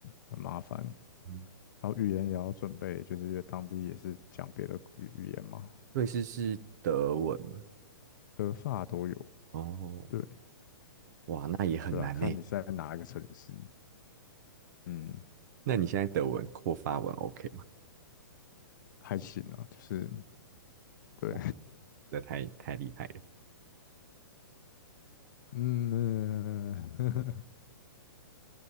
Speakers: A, on the left (about 55°); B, on the right (about 50°).
A: 很麻烦，
B: 嗯，
A: 然后语言也要准备，就是因为当地也是讲别的语语言嘛，
B: 瑞士是德文嘛？
A: 德发都有，
B: 哦，
A: 对
B: 哇，那也很难呢。
A: 对啊，看你在哪一个城市，嗯，
B: 那你现在德文或发文 OK 吗？
A: 还行啊，就是对，
B: 哇，这太太厉害了
A: <laughs> 嗯，<laughs>